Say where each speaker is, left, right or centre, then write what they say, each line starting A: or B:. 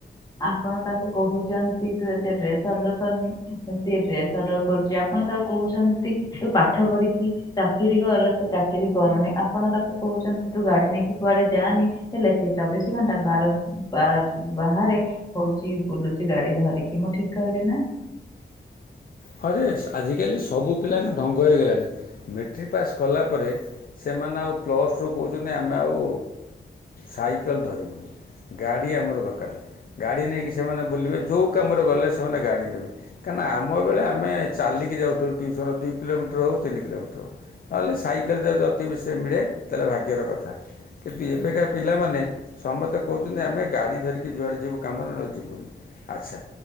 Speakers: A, on the left; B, on the left.
A: ଆପଣ ତାକୁ କହୁଚନ୍ତି ତୁ ଏତେ ଡ୍ରେସ୍ ଅର୍ଡର କରିନି ସେ ଡ୍ରେସ୍ ଅର୍ଡର କରୁଚି। ଆ ପଣ ତାକୁ କୋହୁଛନ୍ତି ତୁ ପାଠ ପଢି଼କି ଚାକିରି କର ସେ ଚାକିରି କରୁନି। ଆପଣ ତାକୁ କୋହୁଚନ୍ତି ତୁ ଗାଡ଼ି ନେଇକି କୁଆଡ଼େ ଯାଆନି। ହେଲେ ସେ ଚବିଶି ଘଣ୍ଟା ବାର ବା ବାହାରେ ହଉଚି ବୁଲୁଚି ଗାଡ଼ି ଧରିକି। ମୁଁ ଠିକ୍ କହିଲି ନାଁ?
B: ହରେସ୍ ଆଜିକାଲି ସବୁ ପିଲାଙ୍କ ଢଙ୍ଗ ହେଇଗଲାଣି ମେଟ୍ରିକ୍ ପାସ୍ କଲା ପରେ ସେମାନେ ଆଉ ପ୍ଲସ୍ ଟୁରୁ କୋହୁଚନ୍ତି ଆମେ ଆଉ ସାଇକେଲ୍ ଧରିବୁନି। ଗାଡ଼ି ଆମର ଦରକାର। ଗାଡ଼ି ନେଇକି ସେମାନେ ବୁଲିବେ ଯୋଉ କାମରେ ଗଲେ ସେମାନେ ଗାଡ଼ି ନେବେ, କାନା ଆମ୍ ମୋ ବେଳେ ଆମେ ଚାଲିକି ଯାଉଥୁଲୁ ଟ୍ୟୁସନ୍ ଦୁଇ କିଲୋମିଟର୍ ହୋଉ ତିନି କିଲୋମିଟର୍। ନହେଲେ ସାଇକେଲ୍ ଯଦି ଅତି ବେଶୀରେ ମିଳେ ତାହେଲେ ଭାଗ୍ୟର କଥା। କିନ୍ତୁ ଏବେକା ପିଲାମାନେ ସମସ୍ତେ କୋହୁଚନ୍ତି ଆମେ ଗାଡ଼ି ଧରି ଯୁଆଡ଼େ ଯିବୁ କାମରେ ନ ଯିବୁନି ଆଚ୍ଛା,